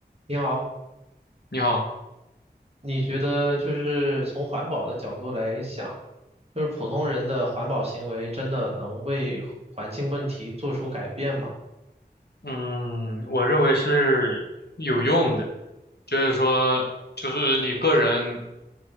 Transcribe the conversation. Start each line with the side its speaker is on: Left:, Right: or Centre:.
Right: 你好，
Left: 你好，
Right: 你觉得就是从环保的角度来想，就是普通人的环保行为真的能为环境问题做出改变吗？
Left: 嗯，我认为是有用的，就是说，就是你个人